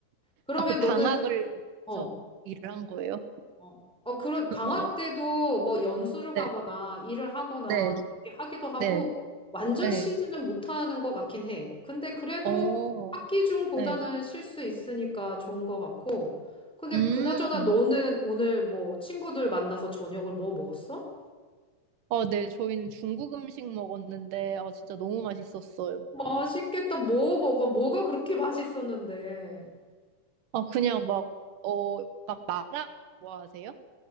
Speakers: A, in the centre; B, on the right.
A: 그러면
B: 아, 그 방학을
A: 너는, 어,
B: 해서 일을 한 거예요?
A: 어, 어, 그런
B: <laughs>
A: 방학
B: 어,
A: 때도 뭐 연수를 가거나
B: 네,
A: 일을 하거나
B: 네,
A: 이렇게 하기도 하고
B: 네,
A: 완전
B: 네.
A: 쉬지는 못하는 것 같긴 해. 근데 그래도
B: 어,
A: 학기 중보다는
B: 네.
A: 쉴 수 있으니까 좋은 것 같고. 근데
B: 음.
A: 그나저나 너는 오늘 뭐 친구들 만나서 저녁을 뭐 먹었어?
B: 아, 네. 저희는 중국 음식 먹었는데, 아, 진짜 너무 맛있었어요.
A: 맛있겠다. 뭐 먹어? 뭐가 그렇게 맛있었는데?
B: 아, 그냥 막, 어, 약간 마라 좋아하세요?